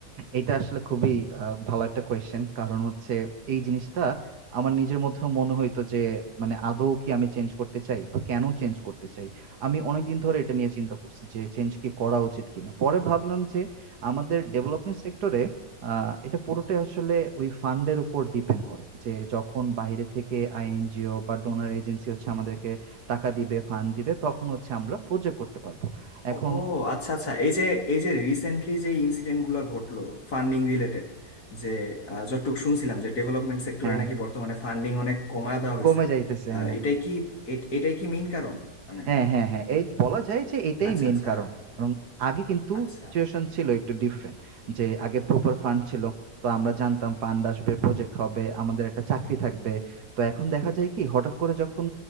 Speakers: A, on the right (about 65°); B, on the left (about 60°).
A: এটা আসলে খুবই আ ভালো একটা কোয়েশ্চেন। কারণ হচ্ছে এই জিনিসটা আমার নিজের মধ্যেও মনে হইতো যে মানে আদৌ কি আমি চেঞ্জ করতে চাই বা কেন চেঞ্জ করতে চাই? আমি অনেকদিন ধরে এটা নিয়ে চিন্তা করছি যে চেঞ্জ কি করা উচিত কিনা? পরে ভাবলাম যে আমাদের ডেভেলপমেন্ট সেক্টরে আ এটা পুরোটাই আসলে ওই ফান্ড এর উপর ডিপেন্ড করে। যে যখন বাইরে থেকে আইএনজিও বা ডোনর এজেন্সি হচ্ছে আমাদেরকে টাকা দিবে, ফান্ড দিবে তখন হচ্ছে আমরা প্রজেক্ট করতে পারব। এখন
B: ও ও, আচ্ছা আচ্ছা এই যে এই যে রিসেন্টলি যে ইনসিডেন্ট গুলা ঘটলো ফান্ডিং রিলেটেড যে আহ, যতটুকু শুনছিলাম যে ডেভেলপমেন্ট সেক্টরে
A: হ্যাঁ,
B: নাকি বর্তমানে ফান্ডিং অনেক কমায় দেওয়া হয়েছে
A: কমে যাইতেছে।
B: আহ,
A: হ্যাঁ।
B: এটাই কি এট- এটাই কি মেইন কারণ মানে
A: হ্যাঁ, হ্যাঁ, হ্যাঁ। এই বলা যায় যে এটাই
B: আচ্ছা
A: মেইন
B: আচ্ছা
A: কারণ। কারণ আগে কিন্তু
B: আচ্ছা
A: সিচুয়েশন ছিল একটু ডিফারেন্ট। যে আগে প্রপার ফান্ড ছিল। তো আমরা জানতাম ফান্ড আসবে, প্রজেক্ট হবে, আমাদের একটা চাকরি থাকবে। তো এখন দেখা যায় কি হঠাৎ করে যখন